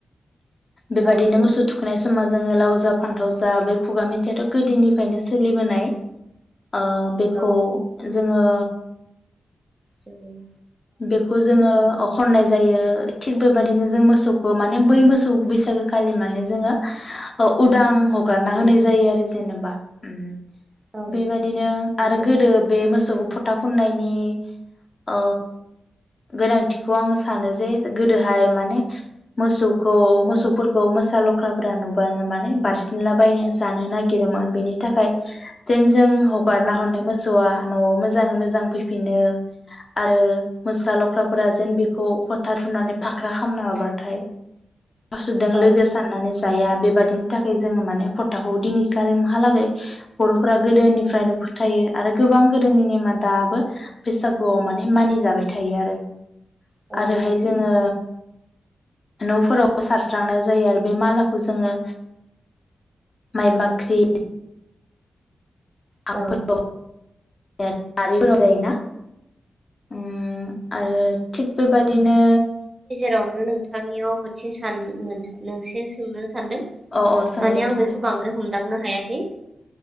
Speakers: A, on the left; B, on the right.
A: बेबादिनो
B: औ नंगौ
A: मोसौ थुखैनाय समा जोङो लाव जा फान्थाव जा बे खुगा मेथाइयाथ' गोदोनिफ्रायनो सोलिबोनाय। ओ बेखौ।
B: औ
A: जोङो।
B: उम
A: बेखौ जोङो ओ खननाय जायो। थिग बेबायदिनो जों मोसौ खौ माने
B: औ
A: बै मोसौ बैसागो खालि माने जोङो अ उदां हगारना
B: औ
A: होनाय जायो आरो जेनेबा ओम।
B: औ
A: बेबादिनो
B: नंगौ
A: आरो गोदो बे मो सौखौ फोथा फुननायनि ओ गोनांथिखौ आं सानो जे गोदोहाय माने मोसौखौ
B: औ
A: मोसौफोरखौ मोसा लख्राफोरा नुबानो माने बारसिनलाबायनो जानो नागिरोमोन बेनि थाखाय जेन जों हगारना
B: औ
A: हरनाय मोसौआ न'आव मोजाङै मोजां फैफिनो आरो मोसा लख्राफोरा जेन बेखौ फथा थुमनानै फाख्रा खामना हरबाथाय मोसौदों
B: औ
A: लोगो साननानै जाया बेबादिनि थाखाय जोङो माने फथाखौ दिनै सिमहालागै फ्रा गोदोनिफ्रायनो
B: औ
A: फोथायो। आरो गोबां गोदोनि नेमा दाबो बैसागुआव माने मानिजाबाय थायो आरो।
B: औ
A: आरोहाय
B: नंगौ
A: जोङो न'फोराव सारस्रांनाय जायो आरो बे मालाखौ जोङो माइ बाख्रि <unintelligible>
B: औ
A: <unintelligible> जायोना उम। आरो थिग बेबादिनो
B: रावनो नोंथांनियाव मोनसे सान मोनसे सोंनो स सानदों
A: अ अ सोंलाय
B: माने आं
A: सोंलाय
B: बेखौ बांद्राय हम दांनो हायाखै